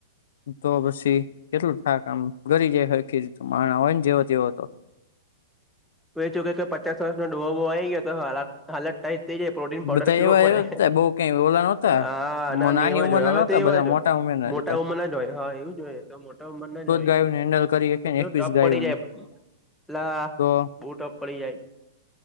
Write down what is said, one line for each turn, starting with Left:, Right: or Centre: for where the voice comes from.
Left: તો પછી કેટલું થા કામ ગરી જાય હખી માણ હોય ને જેવો તેવો હતો
Centre: એું કે પચાસ વર્ષનો ડો બોવા આવી ગયો તો હાલત હાલત તે જ પ્રોટીન
Left: બધા
Centre: પાવડર પીવો
Left: એવા
Centre: પડે
Left: એવા જ હતા બઉ કઈ ઓલા નહોતા
Centre: હા
Left: મો
Centre: નાની એવા
Left: ઉંમરના
Centre: જો હોય હવે
Left: નહોતા
Centre: તો એવા
Left: બધા
Centre: જો
Left: મોટા
Centre: હોય
Left: ઉંમરના
Centre: મોટા
Left: જ હતા
Centre: ઉંમર ના જ હોય હા એવું જોઈય તો મોટા ઉંમર ના
Left: તો
Centre: જ હોય
Left: ગાયોને હેન્ડલ કરી હકે
Centre: પણ
Left: ને
Centre: કેવું
Left: એકવીસ
Centre: ટપ
Left: ગાયોને
Centre: પડી જાય લટલા
Left: તો
Centre: બૂટો પડી જાય